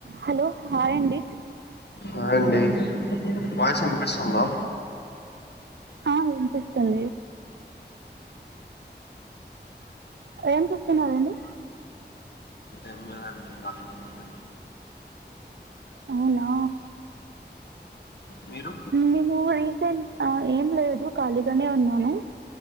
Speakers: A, on the right (about 80°); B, on the left (about 70°).
A: Hello hi అండి
B: hi అండి voice ఇనిపిస్తుందా
A: ఆ, వినిపిస్తుంది ఏం చూస్తున్నారండి.
B: ఏం లేదండి కాలేజ్ ముందే
A: అవునా
B: మీరు
A: మేము రీసెంట్ ఏం లేదు ఖాళీగానే ఉన్నాను